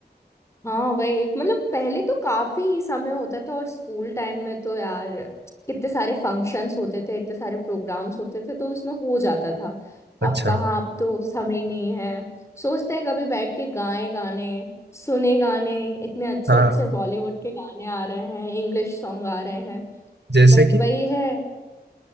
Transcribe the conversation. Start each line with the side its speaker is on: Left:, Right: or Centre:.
Left: हाँ वही मतलब पहले तो काफी समय होता था और स्कूल टाइम में तो यार कितने सारे फंक्शंस होते थे इतने सारे प्रोग्राम्स होते थे तो उसमें हो जाता था
Right: अच्छा
Left: अब कहाँ अब तो समय ही नहीं है सोचते हैं कभी बैठ के गाए गाने सुने गाने इतने अच्छे
Right: हाँ
Left: अच्छे बॉलीवुड के गाने आ रहे हैं इंग्लिश सॉन्ग आ रहे हैं
Right: जैसे
Left: बट
Right: कि
Left: वही है